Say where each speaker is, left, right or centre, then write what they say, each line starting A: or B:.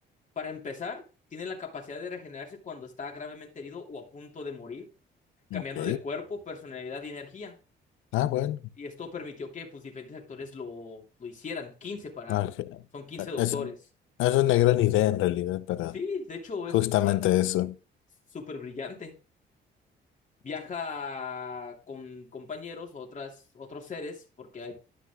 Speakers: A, on the left (about 40°); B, on the left (about 85°).
A: Para empezar, tiene la capacidad de regenerarse cuando está gravemente herido o a punto de morir, cambiando
B: Ok,
A: de cuerpo, personalidad y energía.
B: ah, bueno.
A: Y esto permitió que pues, diferentes actores lo, lo hicieran. 15 para...
B: Ah, ok.
A: Son 15 doctores.
B: Es, es una gran idea en realidad para
A: Sí, de hecho es
B: justamente
A: o sea,
B: eso.
A: súper brillante. Viaja con compañeros, otras, otros seres, porque hay-